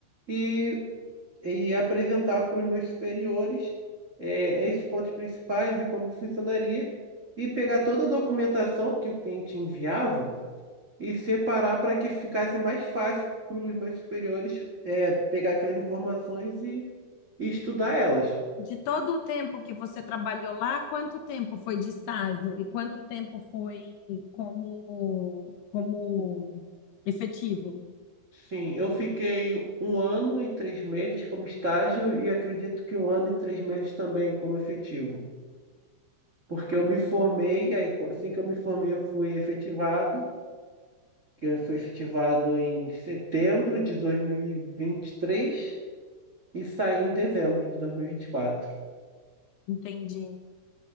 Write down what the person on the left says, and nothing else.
De todo o tempo que você trabalhou lá, quanto tempo foi de estágio e quanto tempo foi como como efetivo?
Entendi.